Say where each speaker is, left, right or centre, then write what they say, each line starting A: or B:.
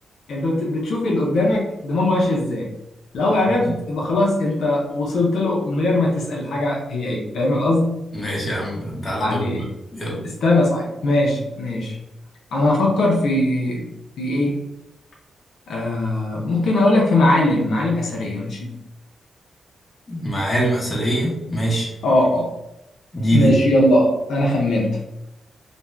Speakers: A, on the left; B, on the left.
A: أنت بت- بتشوف اللي قدامك دماغه ماشية إزاي لو عرفت
B: <laughs>
A: يبقى خلاص أنت وصلت له من غير ما تسأل الحاجة هي إيه فاهم القصد؟
B: ماشي يا عم تعالى
A: يعني
B: دورك بقى يلا
A: استنى صحيح ماشي ماشي أنا هفكر في في إيه؟ آه ممكن أقول لك في معالم معالم أثرية ماشي
B: معالم اثريه ماشي
A: اه اه
B: جديده
A: ماشي
B: دي
A: يلا انا خمنت